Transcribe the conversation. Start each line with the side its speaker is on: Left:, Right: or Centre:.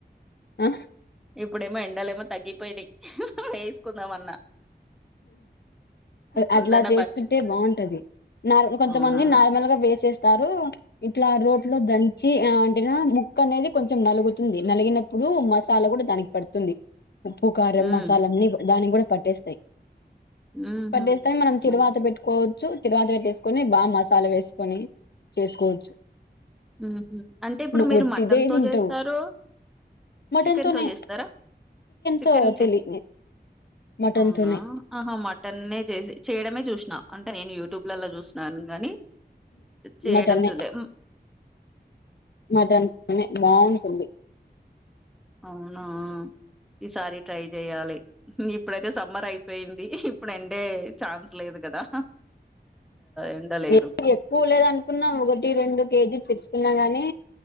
Left: ఆ
Centre: ఇప్పుడేమో ఎండలే ఏమో తగ్గిపోయినాయి వేసుకుందామన్నా ముందన్న
Left: అట్లా చేసుకుంటే
Centre: పచ్చి
Left: బాగుంటది నార్ కొంతమంది
Centre: అవునా?
Left: నార్మల్గా వేసేస్తారు ఇట్లా రోట్ ఇందుట్లో దంచి అంటేనా ముక్క అనేది కొంచెం నలుగుతుంది నలిగినప్పుడు మసాలా కూడా దానికి పడుతుంది ఉప్పు కారం
Centre: హ్మ్.
Left: మసాలన్నీ దానికి కూడా పట్టేస్తాయి
Centre: హుహు.
Left: పట్టేస్తాయి మనం తీరువాత
Centre: ఓహ్!
Left: పెట్టుకోవ చ్చు తిరువాతి పెట్టేసుకొని బాగా మసాలా వేసుకొని చేసుకోవచ్చు
Centre: ఉహ అంటే ఇప్పుడు
Left: నువ్వు
Centre: మీరు
Left: ఒట్టిదే
Centre: మటన్ తో
Left: తింటావు
Centre: చేస్తారు
Left: మటన్
Centre: చికెన్తో
Left: తోనే
Centre: చేస్తారా చికెన్
Left: తో
Centre: చేస్త
Left: తెలి మటన్
Centre: అవునా
Left: తోనే
Centre: ఆహా మటన్నే చేసి చేయడమే చూస నా అంటే నేను యూట్యూబ్లలో చూసిన్నాను కాగాని చేయడం
Left: మటనే
Centre: చూలే
Left: మటన్ తోనే బాగుంటుంది
Centre: అవునా ఈసారి ట్రై చెయాలి ఇప్పుడైతే సమ్మర్ అయిపోయింది ఇప్పుడు ఎండే ఛాన్స్ లేదు కదా ఎండ లేదు.
Left: ఎకు ఎక్కువ లేద అనుకున్నాం ఒకటి రెండు కేజీ తెచ్చుకున్నా గాని